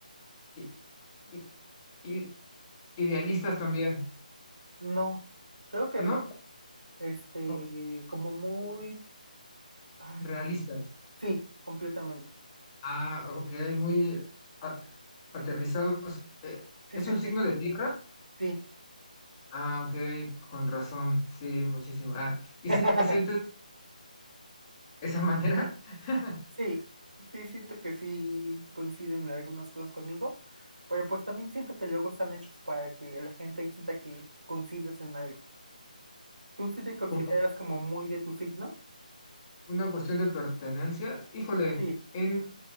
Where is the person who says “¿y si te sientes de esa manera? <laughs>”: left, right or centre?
Left